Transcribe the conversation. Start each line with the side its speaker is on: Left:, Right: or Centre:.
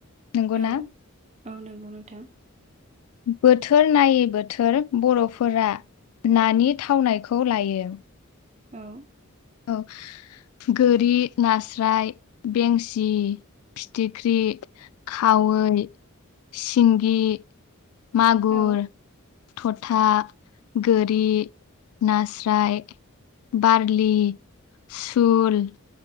Left: नंगौना
Right: औ औ नंगौ नोंथां।
Left: बोथोर नायै बोथोर बर'फोरा नानि थावनायखौ लायो।
Right: औ
Left: औ गोरि नास्राय बेंसि फिथिख्रि खावै सिंगि मागुर
Right: औ
Left: थ'था गोरि नास्राय बारलि सुल